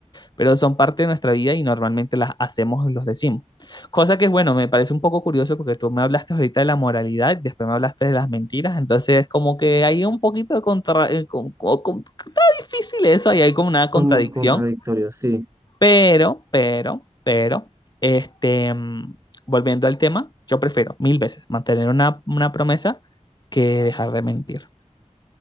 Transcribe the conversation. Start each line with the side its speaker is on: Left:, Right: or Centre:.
Left: pero son parte de nuestra vida y normalmente las hacemos y los decimos. Cosa que, bueno, me parece un poco curioso porque tú me hablaste ahorita de la moralidad, después me hablaste de las mentiras, entonces como que hay un poquito de contra... eh, con- con- con- está difícil eso, ahí hay como una contradicción.
Right: Somos contradictorios, sí.
Left: Pero, pero, pero, este, mm, volviendo al tema, yo prefiero mil veces mantener una, una promesa que dejar de mentir.